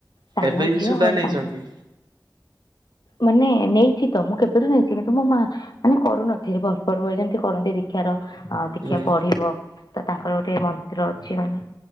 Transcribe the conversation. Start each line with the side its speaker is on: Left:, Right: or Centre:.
Left: ସାନ
Right: ଏବେ
Left: ଝିଅ
Right: ବି ସୁଧା
Left: ଆଉ
Right: ନେଇଛନ୍ତି?
Left: ସାନ ମାନେ ନେଇଛି ତ ମୁଁ କେବେଠୁ ନେଇଛି କିନ୍ତୁ ମୋ ମା ମାନେ କରୁନଥିଲି <unintelligible> ଯେମିତି କରନ୍ତି ଦେଖି ଦୀକ୍ଷାର ଦୀକ୍ଷା
Right: ହୁଁ
Left: ପଢିବ ତ ତାଙ୍କର ଗୋଟେ ମନ୍ତ୍ର ଅଛି ମାନେ